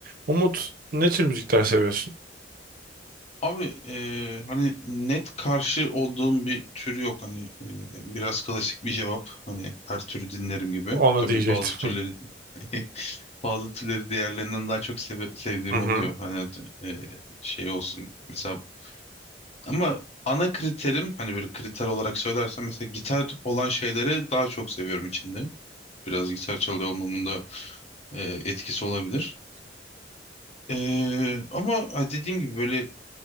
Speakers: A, on the right; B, on the left.
A: Umut ne tür müzikler seviyorsun?
B: Abi eee, hani net karşı olduğum bir tür yok hani eee, biraz klasik bir cevap hani her türü dinlerim gibi.
A: Onu
B: Tabii
A: diyecektim.
B: bazı türleri <laughs> bazı türleri diğerlerinden daha çok seve- sevdiğim
A: <laughs> Hı hı.
B: oluyor. Hani eee, şey olsun mesela ama ana kriterim hani böyle kriter olarak söylersem mesela gitar olan şeyleri daha çok seviyorum içinde. Biraz gitar çalıyor olmamın da eee, etkisi olabilir. Ee, ama ha, dediğim gibi böyle